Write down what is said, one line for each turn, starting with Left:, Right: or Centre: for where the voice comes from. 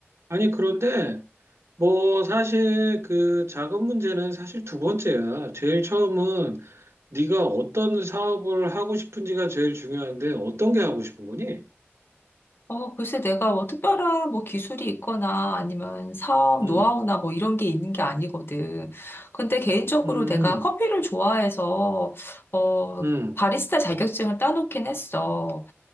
Right: 아니, 그런데 뭐, 사실 그 작업 문제는 사실 두 번째야. 제일 처음은 네가 어떤 사업을 하고 싶은지가 제일 중요한데 어떤 게 하고 싶은 거니?
Left: 어, 글쎄 내가 뭐 특별한 뭐 기술이 있거나 아니면 사업
Right: 음,
Left: 노하우나 뭐 이런 게 있는 게 아니거든. 근데 개인적으로
Right: 음,
Left: 내가 커피를 좋아해서, 어,
Right: 음.
Left: 바리스타 자격증을 따놓긴 했어.